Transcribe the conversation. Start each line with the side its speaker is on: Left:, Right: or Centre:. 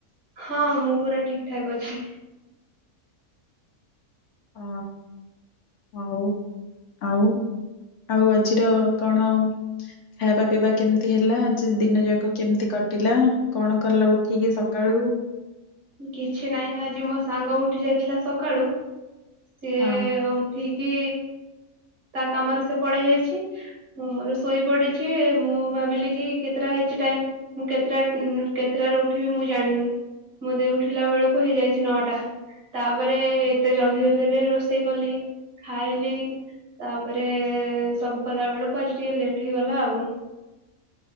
Right: ହଁ ମୁଁ ପୁରା ଠିକ ଠାକ୍ ଅଛି।
Left: ହ ହଉ ଆଉ ଆଉ ଆଜିର କଣ ଖାଇବା ପିଇବା କେମିତି ହେଲା ଆଜି ଦିନ ଯାକ କେମିତି କ କଟିଲା କଣ କଲ ଉଠିକି ସକାଳୁ?
Right: କିଛି ନାହିଁ ଆଜି ମୋ ସାଙ୍ଗ ଉଠି ଯାଇଥିଲା ସକାଳୁ। ସିଏ
Left: ହଁ।
Right: ଉଠିକି ତା କାମରେ ସେ ପଳେଇ ଯାଇଛି ମୁଁ ମୋର ଶୋଇ ପଡିଛି ମୁଁ ଭାବିଲି କି କେତେଟା ହେଇ ଟ ମୁଁ କେତେଟା କେତେଟାରେ ଉଠିବି ମୁଁ ଜାଣିନି ମୁଁ ଦେଇ ଉଠିଲା ବେଳକୁ ହେଇଯାଇଛି ନଅଟା ତାପରେ ଏତେ ଜଲ୍ଦି ଜଲଦି ରୋଷେଇ କଲି ଖାଇଲି। ତାପରେ ସବୁ କଲା ବେଳକୁ ଆଜି ଟିକେ ଲେଟ ହେଇଗଲା ଆଉ।